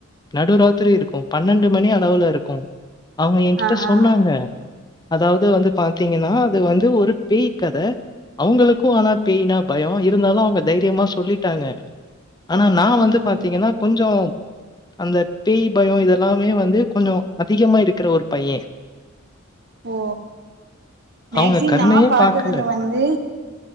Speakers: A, on the left (about 20°); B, on the right (about 55°).
A: நடுராத்திரி இருக்கு பன்னெண்டு மணி அளவுல இருக்கு அவங்க எ கிட்ட
B: ஆ
A: சொன்னாங்க
B: ஆ
A: அதாவது வந்து பாத்தீங்கன்னா அது வந்து ஒரு பேய் கத அவங்களுக்கு ஆனா பேய்னா பயோ இருந்தாலு அவங்க தைரியமா சொல்லிட் டாங்க ஆனா நா வந்து
B: ம்
A: பாத்தீங்கன்னா கொஞ்சோ அந்த பேய் பயோ இதெல்லாமே வந்து கொஞ்ச அதிகமா இருக்கிற ஒரு பையே
B: ஓ மேக்சி
A: அவங்க கருணையே
B: நா பார்த்ததுல
A: பார்க்கல.
B: வந்து